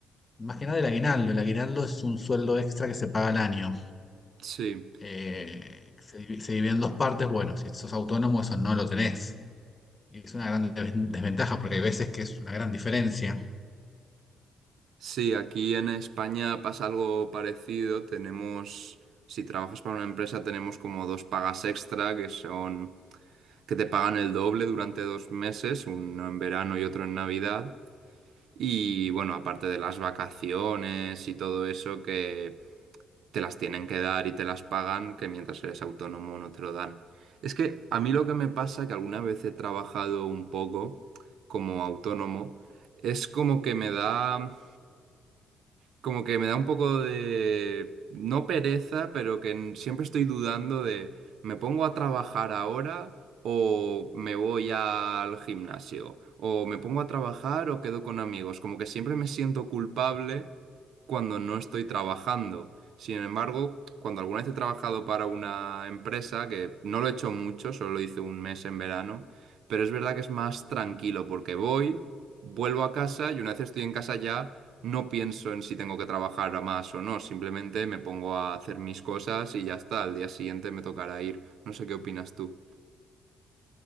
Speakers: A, on the left; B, on the right.
A: más que nada el aguinaldo, el aguinaldo es un sueldo extra que se paga al año.
B: sí.
A: Eh, se, divi- se divide en dos partes, bueno, si sos autónomo eso no lo tenés. Y es una gran desven- desventaja porque hay veces que es una gran diferencia.
B: Sí, aquí en España pasa algo parecido. Tenemos, si trabajas para una empresa, tenemos como dos pagas extra que son que te pagan el doble durante dos meses, uno en verano y otro en Navidad. Y bueno, aparte de las vacaciones y todo eso que te las tienen que dar y te las pagan, que mientras eres autónomo no te lo dan. Es que a mí lo que me pasa, que alguna vez he trabajado un poco como autónomo, es como que me da como que me da un poco de, no pereza, pero que en- siempre estoy dudando de, ¿me pongo a trabajar ahora o me voy al gimnasio? ¿O me pongo a trabajar o quedo con amigos? Como que siempre me siento culpable cuando no estoy trabajando. Sin embargo, cuando alguna vez he trabajado para una empresa, que no lo he hecho mucho, solo lo hice un mes en verano, pero es verdad que es más tranquilo porque voy, vuelvo a casa y una vez estoy en casa ya no pienso en si tengo que trabajar más o no, simplemente me pongo a hacer mis cosas y ya está, al día siguiente me tocará ir. No sé qué opinas tú.